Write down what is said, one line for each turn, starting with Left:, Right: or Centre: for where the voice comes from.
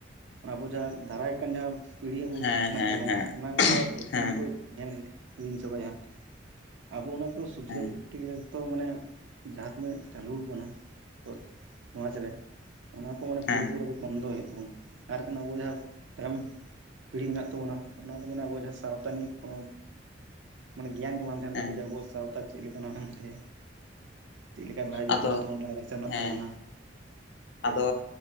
Right: ᱟᱵᱚ ᱡᱟᱦᱟᱸ ᱫᱟᱨᱟᱭ ᱠᱟᱱ ᱡᱟᱦᱟᱸ ᱯᱤᱲᱦᱤ ᱟᱵᱚ
Left: ᱦᱮᱸ
Right: ᱢᱮᱱᱟᱜ
Left: ᱦᱮᱸ
Right: ᱛᱟᱵᱚᱱᱟ
Left: ᱦᱮᱸ
Right: ᱚᱱᱟ ᱠᱚᱫᱚ ᱡᱚᱛᱚ
Left: ᱦᱮᱸ
Right: ᱢᱟᱱᱮ ᱠᱩ ᱧᱮᱞ ᱦᱤᱲᱤᱧ ᱪᱟᱵᱟᱭᱟ ᱦᱟᱸᱜ ᱟᱵᱚ ᱚᱱᱟ ᱠᱚ ᱥᱩᱫᱷᱨᱟᱹᱣ
Left: ᱦᱮᱸ
Right: ᱠᱚᱨᱛᱮ ᱜᱮᱞᱮ ᱱᱤᱛᱚᱜ ᱢᱟᱱᱮ ᱡᱟᱦᱟᱸ ᱛᱤᱱᱟᱹᱜ ᱪᱟᱞᱩ ᱟᱠᱟᱱᱟ ᱱᱤᱛᱚᱜ ᱥᱚᱢᱟᱡ ᱨᱮ ᱚᱱᱟ ᱢᱟᱱᱮ
Left: ᱦᱮᱸ
Right: ᱯᱩᱨᱟᱹ ᱯᱩᱨᱤ ᱵᱚᱱᱫᱚᱭ ᱦᱩᱭᱩᱜ ᱛᱟᱵᱚᱱᱟ ᱟᱨᱠᱷᱟᱱ ᱟᱵᱚ ᱡᱟᱦᱟᱸ ᱛᱟᱭᱚᱢ ᱯᱤᱲᱦᱤ ᱢᱮᱱᱟᱜ ᱛᱟᱵᱚᱱᱟ ᱚᱱᱟ ᱫᱚ ᱢᱟᱱᱮ ᱟᱵᱚ ᱡᱟᱦᱟᱸ ᱥᱟᱶᱛᱟ ᱱᱤᱭᱮ ᱠᱚᱱᱚ ᱢᱟᱱᱮ ᱜᱮᱭᱟᱱ ᱜᱮ ᱵᱟᱝ ᱛᱟᱦᱮᱱ
Left: ᱦᱮᱸ
Right: ᱛᱟᱠᱚᱣᱟ ᱡᱮ ᱟᱵᱚᱣᱟᱜ ᱥᱟᱶᱛᱟ ᱪᱮᱫ ᱞᱮᱠᱟᱱᱟ ᱢᱮᱱᱛᱮ᱾ ᱪᱮᱫ ᱞᱮᱠᱟᱱ ᱨᱟᱡᱽᱱᱤᱛᱤ
Left: ᱟᱫᱚ
Right: ᱢᱮᱱᱟᱜ ᱛᱟᱵᱚᱱᱟ ᱞᱟᱭᱼᱞᱟᱠᱪᱟᱨ ᱢᱮᱱᱟᱜ
Left: ᱦᱮᱸ
Right: ᱛᱟᱵᱚᱱᱟ
Left: ᱟᱫᱚ,